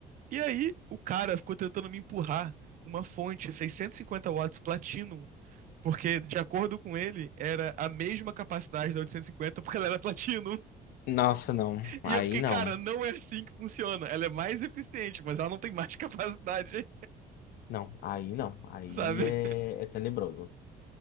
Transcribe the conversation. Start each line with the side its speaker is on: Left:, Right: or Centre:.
Right: E aí, o cara ficou tentando me empurrar uma fonte 650 watts Platinum, porque, de acordo com ele, era a mesma capacidade da 850, porque ela era Platinum.
Left: Nossa, não.
Right: E
Left: Aí
Right: eu fiquei,
Left: não.
Right: cara, não é assim que funciona. Ela é mais eficiente, mas ela não tem mais <laughs> capacidade,
Left: Não, aí não. Aí
Right: sabe?
Left: é, é tenebroso.